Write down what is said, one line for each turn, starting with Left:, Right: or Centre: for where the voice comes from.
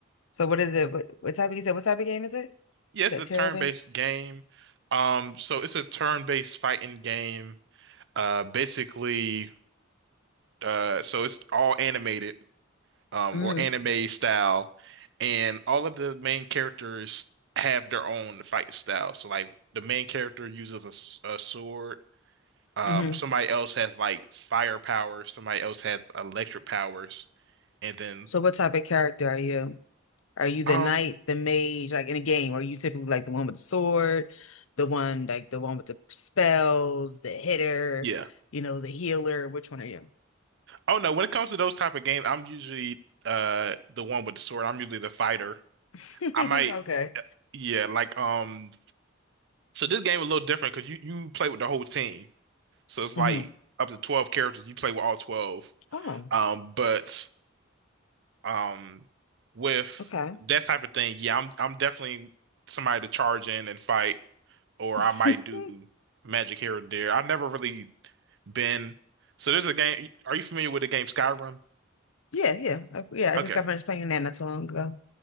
Left: So what is it? What, what type of you said? What type of game is it?
Right: Yes,
Left: Is that
Right: a
Left: terror
Right: turn-based
Left: based?
Right: game. Um, so it's a turn-based fighting game. Uh, basically, uh, so it's all animated. um,
Left: Mm-hmm.
Right: or anime style, and all of the main characters have their own fight style. So like the main character uses a, s- a sword. Um,
Left: hmm
Right: somebody else has like fire powers. Somebody else has electric powers, and then
Left: So what type of character are you? Are you the
Right: um,
Left: knight, the mage, like in a game? Are you typically like the one with the sword, the one like the one with the spells, the hitter,
Right: yeah.
Left: you know, the healer? Which one are you?
Right: Oh no, when it comes to those type of games, I'm usually uh the one with the sword. I'm usually the fighter.
Left: <laughs>
Right: I might,
Left: Okay.
Right: yeah, like um. So this game is a little different because you you play with the whole team. So it's
Left: hmm
Right: like up to 12 characters. You play with all 12.
Left: Oh,
Right: Um, but um, with
Left: okay.
Right: that type of thing, yeah, I'm I'm definitely somebody to charge in and fight, or
Left: <laughs>
Right: I might do magic here or there. I've never really been. So there's a game. Are you familiar with the game Skyrim?
Left: Yeah, yeah. Uh, Yeah, I
Right: Okay.
Left: just got finished playing that not too long ago.